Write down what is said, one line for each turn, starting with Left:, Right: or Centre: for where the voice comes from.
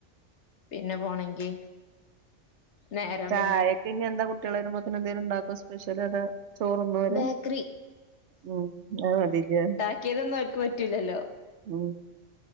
Left: പിന്നെ പോണെങ്കി നേരം
Right: ചായക്ക്
Left: പിന്നെ
Right: ഇഞ്ഞ് എന്താ കുട്ടിള് വെരുമ്പോത്തിന് എന്തേലും ഉണ്ടാക്കോ സ്പെഷ്യൽ അത്? ചോറുന്നോവര്?
Left: ബേക്കറി
Right: ഉം അഹ് മതില്ലേ
Left: ക്കിയതൊന്നും അവര്ക്ക് പറ്റൂലല്ലോ.
Right: ഉം